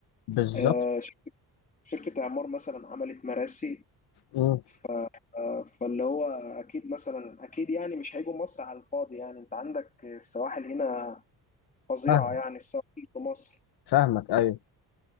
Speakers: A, on the left (about 80°); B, on the left (about 20°).
A: بالظبط
B: آه ش- شركه اعمار مثلا عملت مراسي
A: مم،
B: ف... فاللي هو اكيد مثلا اكيد يعني مش هيجوا مصر على الفاضي يعني انت عندك السواحل هنا فظيعه
A: فاهم
B: يعني السواحل في مصر
A: فاهمك ايوه